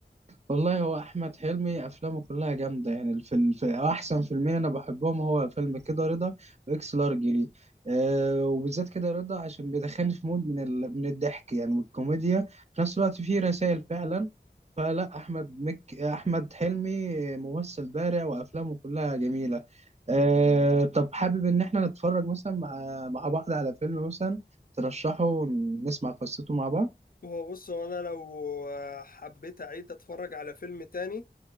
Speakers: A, on the right; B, on the left.
A: والله هو احمد حلمي افلامه كلها جامده يعني الفيلم في احسن فيلمين انا بحبهم هو فيلم كده رضا واكس لارج لي أه وبالذات كده رضا عشان بيدخلني في مود من ال... من الضحك يعني من الكوميديا في نفس الوقت فيه رسائل فعلا فلا احمد مك احمد حلمي ممثل بارع وافلامه كلها جميله أه طب حابب ان احنا نتفرج مثلا مع مع بعض على فيلم مثلا ترشحه ونسمع قصته مع
B: هو بص هو انا لو آه، حبيت اعيد اتفرج على فيلم تاني